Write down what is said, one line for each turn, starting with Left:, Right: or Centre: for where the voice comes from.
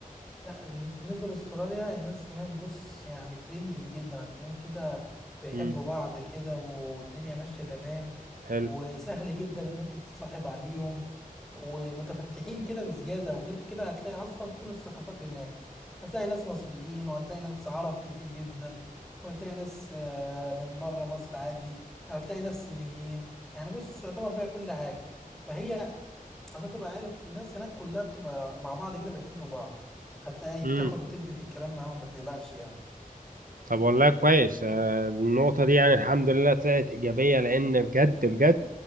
Centre: لا بال- بالنسبة لاستراليا الناس هناك بص يعني فريندلي جدا هتلاقيهم كده بيحبوا
Right: مم.
Centre: بعض كده والدنيا ماشية تمام
Right: حلو
Centre: وسهل جدا ان انت تتصاحب عليهم ومتفتحين كده بزيادة وغير كده هتلاقي اصلا كل الثقافات هناك هتلاقي ناس مصريين وهتلاقي ناس عرب كتير جدا وهتلاقي ناس آه، من بره مصر عادي هتلاقي ناس صينيين يعني بص يعتبر فيها كل حاجة فهي عشان تبقى عارف الناس هناك كلها بتبقى مع بعض كده بيحبوا بعض هتلاقي
Right: مم.
Centre: بتاخد وتدي في الكلام معاهم ما تقلقش يعني
Right: طب والله كويس آه النقطة دي يعني الحمد لله طلعت إيجابية لأن بجد بجد